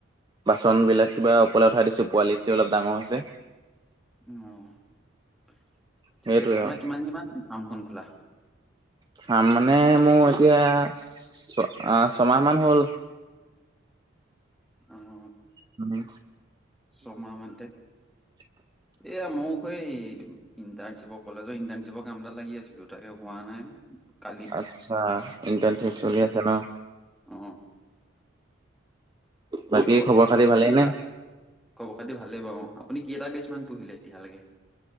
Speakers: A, on the right; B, in the centre.
A: বাচন বিলাক কিবা ওপৰলে উঠাই দিছো পোৱালিখিনি অলপ ডাঙৰ হৈছে।
B: উম, ঠিকে
A: সেইটোৱে
B: আছে আপোনাৰ
A: আৰু
B: কিমান দিনমান ফাৰ্মখন খোলা?
A: ফাৰ্ম মানে মোৰ এতিয়া ছয়মাহ মান হ'ল।
B: উম।
A: হে
B: চমাহ মানতে
A: <inaudible>
B: এয়া মোৰখ স ইণ্টাৰশ্বিপৰ কলেজৰ ইণ্টাৰ্শিপৰ কামটা লাগি আছিলো তাকে হোৱা নাই কালি
A: আচ্ছা ইণ্টাৰ্নশ্বিপ চলি আছে ন
B: অ আপুনি
A: বাকী
B: ক
A: খবৰ খাতি
B: হেৰি
A: ভালেই
B: কেইটা
A: নে
B: কব খাতি ভালেই বাৰু আপুনি কেইটা বেচ মান পঢ়িলে এতিয়ালৈকে